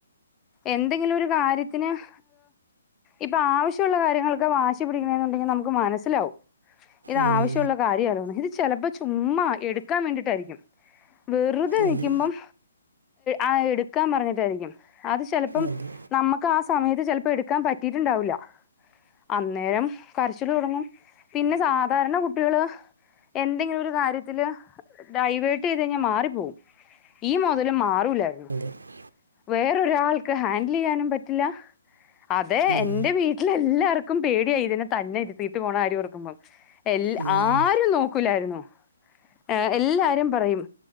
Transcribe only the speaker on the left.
എന്തെങ്കിലും ഒരു കാര്യത്തിന് <inaudible> ഇപ്പൊ ആവശ്യള്ള കാര്യങ്ങൾക്ക് വാശി പിടിക്കണെന്നുണ്ടെങ്കി നമുക്ക് മനസ്സിലാവും ഇത്
ആവശ്യമുള്ള കാര്യയിരുന്ന്. ഇത് ചിലപ്പോ ചുമ്മാ എടുക്കാൻ വേണ്ടീട്ടായിരിക്കും. വെറുതെ
നിക്കുമ്പം ആ എടുക്കാൻ പറഞ്ഞിട്ടായിരിക്കും. അത് ചിലപ്പം
നമ്മക്ക് ആ സമയത്ത് ചിലപ്പോ എടുക്കാൻ പറ്റീട്ടുണ്ടാവൂല്ല അന്നേരം കരച്ചില് തുടങ്ങും പിന്നെ സാധാരണ കുട്ടിൾ എന്തെങ്കിലും ഒരു കാര്യത്തിൽ ഡൈവേർട്ട് ചെയ്ത് കഴിഞ്ഞാ മാറിപ്പോവും. ഈ മുതലും മാറൂല്ലായിരുന്നു.
വേറൊരാൾക്ക് ഹാൻഡിൽ യ്യാനും പറ്റില്ല അതെ
എന്റെ വീ എല്ലാവർക്കും പേടിയാ ഇതിനെ തന്നെ ഇരുതീട്ടു പോണകാര്യം ഓർക്കുമ്പോ എ
ആരും നോ നോക്കുലായിരുന്നു ഏ എല്ലാവരും പറയും